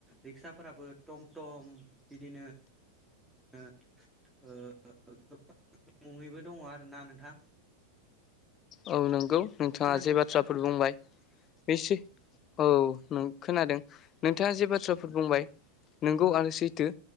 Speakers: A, in the centre; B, on the left.
A: रिक्साफोराबो टम टम बिदिनो <unintelligible> मुङैबो दङ आरोना नोंथां
B: औ नंगौ नोंथाङा
A: खोनादोंना
B: जे बाथ्राफोर
A: नोंथां
B: बुंबाय बे सै औ नों खोनादों नोंथाङा जे बाथ्राफोर बुंबाय नोंगौ आरो सैथो